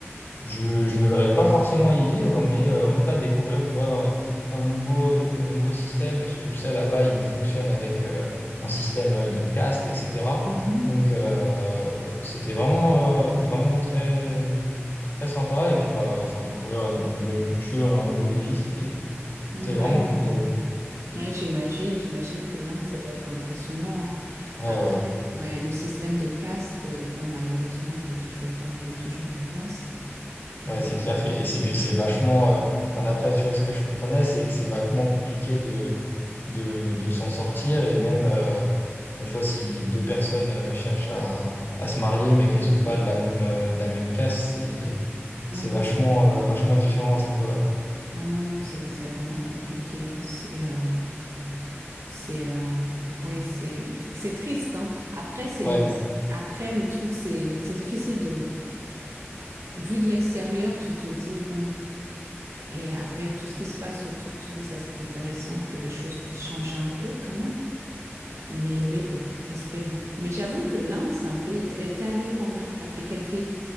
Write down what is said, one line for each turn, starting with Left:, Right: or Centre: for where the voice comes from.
Left: je, je me verrais pas forcément y vivre, mais euh, en tout cas découvrir, tu vois, un, un nouveau, un nouveau système, parce que tu sais, là-bas, il fonctionne avec euh, un système euh, de caste, etc.
Right: Mhm.
Left: Donc, euh, c'était vraiment, euh, vraiment très, très sympa. Et puis, bah, enfin, découvrir une nouvelle culture, un nouveau pays, c'est,
Right: Mm,
Left: c'est vraiment
Right: Ouais, non.
Left: cool pour le coup.
Right: Ouais, j'imagine, j'imagine que l'Inde, ça doit être impressionnant,
Left: Ouais,
Right: Après,
Left: ouais, ouais.
Right: ouais, le système de caste, euh, bon, malheureusement, il est toujours, euh, il est toujours en place. Euh,
Left: Ouais, c'est clair que, et c'est puis c'est vachement, euh, enfin d'après, tu vois, ce que je comprenais, c'est que c'est vachement compliqué de, de, de s'en sortir et même, euh, tu vois, si deux personnes euh, cherchent à, à se marier mais qu'elles sont pas
Right: ouais.
Left: de la même, euh, de la même caste, c'est, c'est
Right: Ouais, non,
Left: vachement,
Right: c'est,
Left: euh, vachement différent à ce niveau-là, quoi.
Right: ouais, non, non, c'est, c'est vraiment compliqué, hein. C'est, euh, c'est, euh, ouais, c'est, c'est triste, hein. Après, c'est
Left: Ouais.
Right: une, après, le truc, c'est, c'est difficile de, vu de l'extérieur, tu te dis, bon, et avec tout ce qui se passe autour, tu te dis, ça serait intéressant que les choses puissent changer un peu quand même. Mais, mais bon, espérons. Mais j'avoue que l'Inde, c'est un pays. T'es t'es allé où en Inde? T'as fait quelle ville?